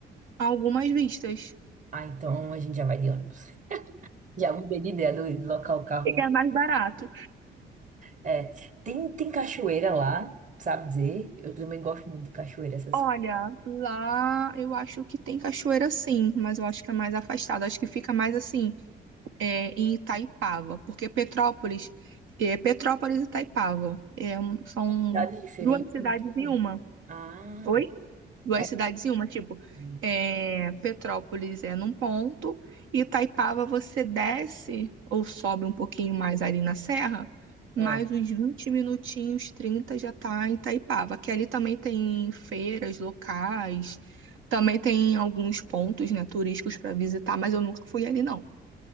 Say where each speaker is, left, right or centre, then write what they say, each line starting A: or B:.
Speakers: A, on the right; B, on the right.
A: algumas vistas.
B: Ah, então a gente já vai de ônibus. <laughs> Já mudei de ideia do deslocar o carro.
A: E é mais barato.
B: É, tem, tem cachoeira lá, sabe dizer? Eu também gosto muito de cachoeira, essas
A: Olha, lá eu acho que tem cachoeira sim, mas eu acho que é mais afastado. Acho que fica mais assim. é, em Itaipava, porque Petrópolis, é, Petrópolis e Itaipava é, um- são
B: cidades diferentes.
A: duas cidades
B: muito bom.
A: em uma.
B: Ah,
A: Oi? Duas
B: é.
A: cidades em uma, tipo,
B: Hum,
A: é, Petrópolis é num ponto e Itaipava você desce ou sobe um pouquinho mais ali na serra, mais
B: é,
A: uns 20 minutinhos, 30 já tá em Itaipava, que ali também tem feiras locais, também tem alguns pontos, né, turísticos para visitar, mas eu nunca fui ali não.